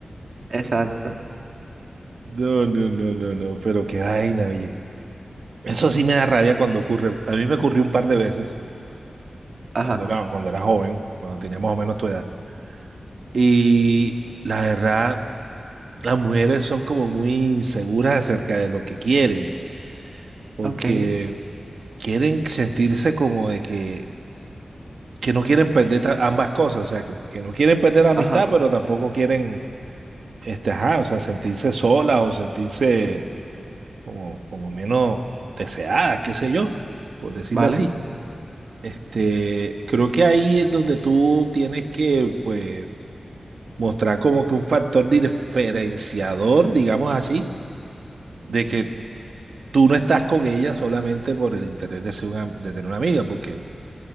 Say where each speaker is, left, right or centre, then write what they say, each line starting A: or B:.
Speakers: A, on the right; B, on the right.
A: Exacto.
B: No, no, no, no, no. Pero qué vaina, oye. Eso sí me da rabia cuando ocurre. A mí me ocurrió un par de veces
A: Ajá.
B: cuando era, cuando era joven, cuando tenía más o menos tu edad. Y la verdad, las mujeres son como muy inseguras acerca de lo que quieren. Porque
A: Ok.
B: quieren sentirse como de que, que no quieren perder ta- ambas cosas, o sea, que, que no quieren perder la amistad,
A: Ajá.
B: pero tampoco quieren, este, ajá, o sea, sentirse solas o sentirse como, como menos deseadas, qué sé yo, por decirlo
A: ¿Vale?
B: así. Este, creo que ahí es donde tú tienes que, pues, mostrar como que un factor diferenciador, digamos así, de que tú no estás con ella solamente por el interés de ser una, de tener una amiga, porque